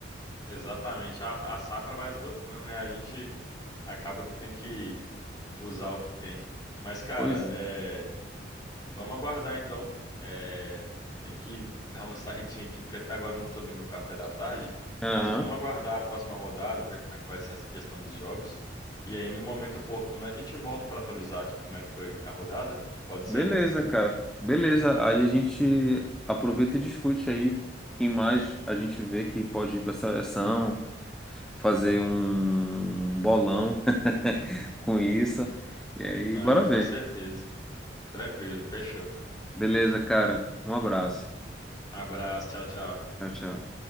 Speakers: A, on the left; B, in the centre.
A: Exatamente. A, a safra vai esgotando, né? A gente acaba que tem que usar o que tem. Mas, cara,
B: Pois é.
A: é. Vamos aguardar então. É, tem que dar uma <laughs> saidinha aqui, porque até agora eu não tomei meu café da tarde.
B: Aham.
A: Mas vamos aguardar a próxima rodada, ver como é que vai ser essa questão dos jogos. E aí, no momento oportuno, a gente volta para atualizar aqui como é que foi a rodada. Pode
B: Beleza,
A: ser?
B: cara. Beleza. Aí a gente aproveita e discute aí quem mais a gente vê que pode ir para a seleção, fazer um bolão <laughs> com isso. E aí,
A: Não,
B: bora ver.
A: com certeza. Tranquilo, fechou.
B: Beleza, cara. Um abraço.
A: Um abraço, tchau, tchau.
B: Tchau, tchau.